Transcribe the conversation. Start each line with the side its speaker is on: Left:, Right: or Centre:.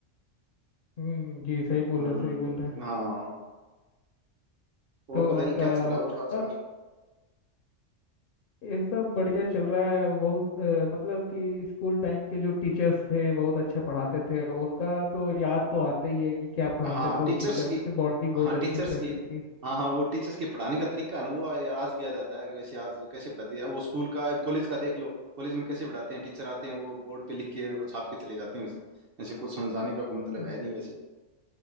Left: हम्म जी सही बोल
Right: हम्म
Left: रहे सही बोल रहे हैं
Right: हाँ और
Left: तो
Right: बताइए
Left: आपका
Right: क्या चल रहा है और आजकल
Left: अ, ये सब बढ़िया चल रहा है बहुत अ, मतलब कि स्कूल टाइम के जो टीचर्स थे बहुत अच्छा पढ़ाते थे उनका तो याद तो आता ही है कि क्या पढ़ाते
Right: हाँ
Left: थे वो
Right: टीचर्स
Left: टीचर
Right: की
Left: उनसे बॉन्डिंग बहुत
Right: हाँ
Left: अच्छी
Right: टीचर्स
Left: रहती
Right: की हाँ हाँ वो टीचर्स के पढ़ाने का तरीका है ना वो यार आज भी याद आता है कि वैसे आज कैसे पढ़ाती है अब वो स्कूल का अब कॉलेज का देख लो कॉलेज में कैसे पढ़ाते हैं टीचर आते हैं वो बोर्ड पे लिख के वो छाप के चले जाते हैं वैसे ऐसे कुछ समझाने का कोई मतलब
Left: थी
Right: है नहीं वैसे